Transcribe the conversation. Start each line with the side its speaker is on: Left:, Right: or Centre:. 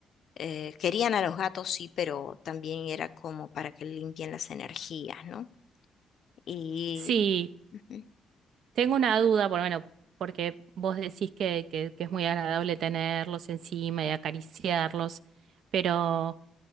Left: eh, querían a los gatos, sí, pero también era como para que limpien las energías, ¿no? Y
Right: Sí,
Left: ujú.
Right: Tengo una duda, por bueno, porque vos decís que, que- que es muy agradable tenerlos encima y acariciarlos, pero